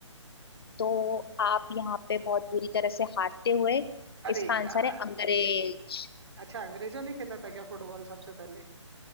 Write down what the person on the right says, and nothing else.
अरे
यार
अच्छा अंग्रेजों ने खेला था क्या फुटबॉल सबसे पहले